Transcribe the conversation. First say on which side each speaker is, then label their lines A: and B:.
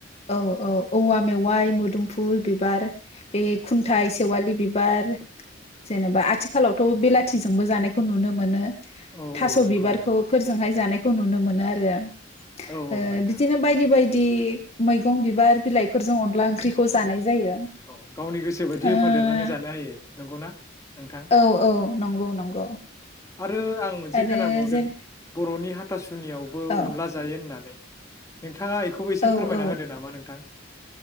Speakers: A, on the left; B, on the left.
A: औ औ औवा मेवाइ, मोदुमफुल बिबार, बे खुन्थाइ, सेवालि बिबार, जेनेबा आथिखालावथ' बेलाथिजोंबो जानाय खौ नुनो मोनो।
B: औ
A: थास'
B: औ नंगौ
A: बिबारखौ
B: नंगौ
A: फोरजोंहाय जानाय खौ नुनो मोनो आरो आं।
B: औ औ
A: ओ
B: नोंथां
A: बिदिनो बायदि बायदि बिदि मैगं, बिबार, बिलाइफोरजों अनला ओंख्रिखौ जानाय जायो।
B: औ गावनि गोसो बायदि
A: ओ
B: होफादेरनानै जानो हायो नंगौना नोंथां?
A: औ औ नंगौ नंगौ
B: आरो आं मोनसे
A: आरो
B: खोनाबावदों
A: जेन
B: बर'नि <unintelligible> सुनियावबो
A: औ
B: अनला जायो होननानै। <unintelligible> नोंथाङा बेखौबो एसे
A: औ
B: फोरमायना
A: औ
B: होदो नामा नोंथां?